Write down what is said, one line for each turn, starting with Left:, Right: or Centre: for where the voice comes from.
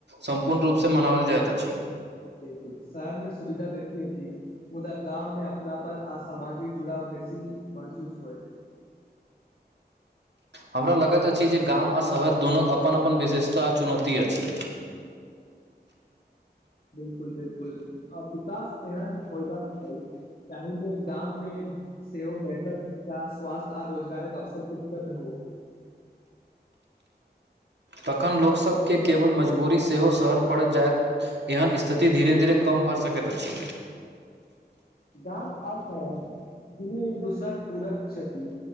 Right: सम्पूर्ण रूपसँ मनावल जाइत अछि
Left: बिल्कुल शहरमे सुविधा बेसी अछि मुदा गाममे अपनापन आ सामाजिक जुड़ाव बेसी महसूस होइत अछि
Right: हमरा लागैत अछि जे गाम आ शहर दुनू अपन अपन विशेषता आ चुनौती अछि
Left: बिल्कुल बिल्कुल आ विकास एहन होयबाक चाही ताहि ले गाममे से बेहतर शिक्षा स्वास्थ्य आ रोजगारक अवसर उपलब्ध हो
Right: तखन लोकसभके केवल मजबूरी सेहो शहर पड़ि जाय एहन स्थिति धीरे धीरे कम भ‌ए सकैत अछि
Left: गाम आ शहर दुनू एक दूसरक पूरक छथि